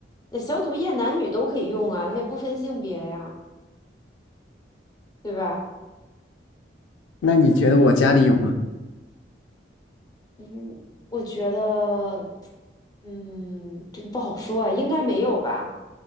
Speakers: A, on the left (about 20°); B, on the left (about 85°).
A: 那消毒液男女都可以用啊，它也不分性别呀，对吧？
B: 那你觉得我家里有吗？
A: 嗯，我觉得，嗯，这个不好说啊，应该没有吧。